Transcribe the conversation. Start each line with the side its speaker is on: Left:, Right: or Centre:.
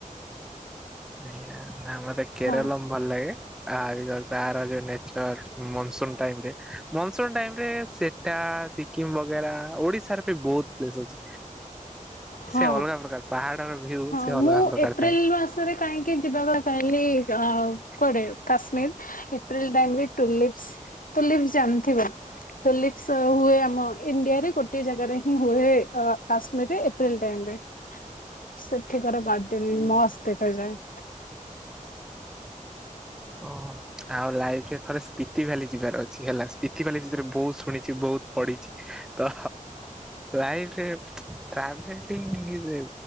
Centre: ଆଜ୍ଞା ନା ମତେ କେରଳମ୍
Left: ହଁ
Centre: ଭଲ ଲାଗେ ଆ ନେଚୁରାଲ ମୋନ୍ସନ ଟାଇମରେ ମୋନସନ ଟାଇମ୍ରେ ସେଟା କିମ୍ ବଗେରା ଓଡିଶାର ବି ବହୁତ ପ୍ଲେସ୍ ଅଛି
Left: ହଁ।
Centre: ସେ ଅଲଗା ପ୍ରକାର ପାହାଡର ଭିଉ।
Left: ହଁ
Centre: ସେ
Left: ମୁଁ
Centre: ଅଲଗା ପ୍ରକାର
Left: ଏପ୍ରିଲ
Centre: ଥାଏ।
Left: ମାସରେ କାହିଁକି କି ଯିବା ପାଇଁ କାଇଲି କୁଆଡେ କାଶ୍ମୀର ଏପ୍ରିଲ ଟାଇମ ରେ ଟୁଲିପସ ତୁଳିଫ ଜାନଥିବ? ତୁଳିଫସ ହୁଏ ଆମ ଇଣ୍ଡିଆରେ ଗୋଟେ ଜାଗାରେ ହିଁ ହୁଏ କାଶ୍ମୀରରେ ଏପ୍ରିଲ ଟାଇମରେ। ସେଠିକାର ଗାର୍ଡେନ ମସ୍ତ ଦେଖା ଯାଏ।
Centre: ଓହ ଆଉ ଲାଇଫ ଥରେ ସ୍ପିତି ଫାଲି ଯିବାର ଅଛି ହେଲା। ସ୍ପିତି ବାଲି ଭିତରେ ବହୁତ ଶୁଣିଛି ବହୁତ ପଢିଛି ତ ଲାଇଫ ରେ travelling is a